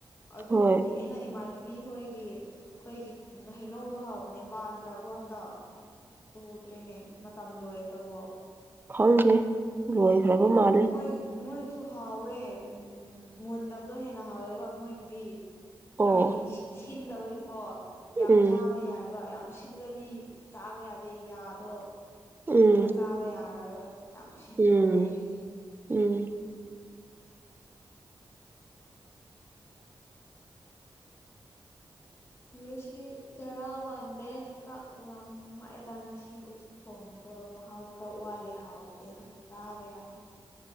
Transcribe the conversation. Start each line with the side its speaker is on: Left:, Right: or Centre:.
Left: ꯑꯗꯨ
Right: ꯍꯣꯏ
Left: ꯍꯧꯖꯤꯛ ꯑꯩꯅ ꯏꯃꯥꯟꯅꯕꯤ ꯍꯣꯏꯒꯤ ꯑꯩꯈꯣꯏꯒꯤ ꯍꯩꯅꯧꯗꯣ ꯍꯧꯕꯅꯦ ꯄꯥꯟꯗ꯭ꯔꯕꯣ ꯍꯟꯗꯛ ꯎꯗ꯭ꯔꯦꯅꯦ ꯃꯇꯝ ꯂꯣꯏ ꯑꯣꯏꯈ꯭ꯔꯕꯣ
Right: ꯈꯪꯗꯦ ꯂꯣꯏꯒ꯭ꯔꯕ ꯃꯥꯜꯂꯦ
Left: ꯃꯣꯏ ꯃꯣꯏꯒꯤꯁꯨ ꯍꯥꯎꯋꯦ ꯎꯝ ꯃꯨꯟꯗꯕꯗꯣ ꯍꯦꯟꯅ ꯍꯥꯎꯋꯦꯕ ꯃꯣꯏꯒꯤꯗꯤ
Right: ꯑꯣ
Left: ꯍꯥꯏꯗꯤ ꯁꯤꯟꯗꯕꯒꯤꯀꯣ ꯌꯥꯝ
Right: ꯎꯝ
Left: ꯆꯥꯕ ꯌꯥꯏ ꯑꯗ ꯌꯥꯝ ꯁꯤꯜꯂꯗꯤ ꯆꯥꯕ ꯌꯥꯗꯦ ꯌꯥꯗꯣ
Right: ꯎꯝ
Left: ꯆꯥꯛ ꯆꯥꯕ ꯌꯥꯔꯣꯏꯒ ꯌꯥꯝ ꯁꯤꯟꯕ
Right: ꯎꯝ
Left: ꯑꯣꯏꯔꯗꯤ
Right: ꯎꯝ
Left: ꯉꯁꯤ ꯆꯔꯥ ꯋꯥꯟꯗꯦ ꯆꯥꯛ ꯂꯥꯃꯛꯑꯦꯗ ꯉꯁꯤ ꯎꯇ ꯊꯣꯡꯕꯗꯣ ꯃꯍꯥꯎ ꯈꯔ ꯋꯥꯠꯂꯦ ꯍꯥꯎꯕꯗꯦꯅ ꯆꯥꯕ ꯌꯥꯗ꯭ꯔꯦ